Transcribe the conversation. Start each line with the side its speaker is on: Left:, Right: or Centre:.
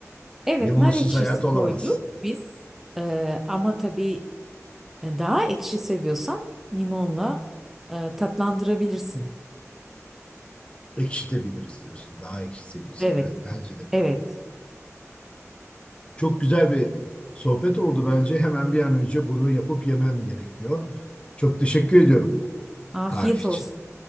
Centre: Evet
Left: Limonsuz
Centre: nar ekşisi
Left: hayat olamaz.
Centre: koyduk biz. Ee, ama tabii e, daha ekşi seviyorsan limonla e, tatlandırabilirsin.
Left: Ekşitebiliriz diyorsun. Daha ekşitebiliyorsun.
Centre: Evet,
Left: Evet bence de.
Centre: evet.
Left: Çok güzel bir sohbet oldu bence. Hemen bir an önce bunu yapıp yemem gerekiyor. Çok teşekkür ediyorum
Centre: Afiyet
Left: tarif için.
Centre: olsun.